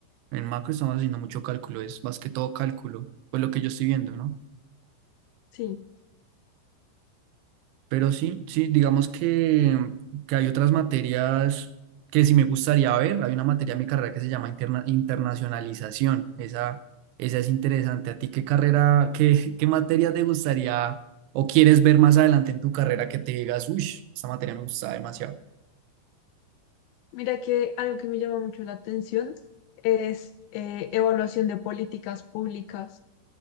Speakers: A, on the right; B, on the left.
A: En macro estamos haciendo mucho cálculo, es más que todo cálculo, pues lo que yo estoy viendo, ¿no?
B: Sí.
A: Pero sí, sí, digamos que, que hay otras materias que sí me gustaría ver. Hay una materia en mi carrera que se llama interna- internacionalización. Esa, esa es interesante. ¿A ti qué carrera, qué, qué materia te gustaría o quieres ver más adelante en tu carrera que te digas, uy, esta materia me gusta demasiado?
B: Mira que algo que me llama mucho la atención es eh, evaluación de políticas públicas.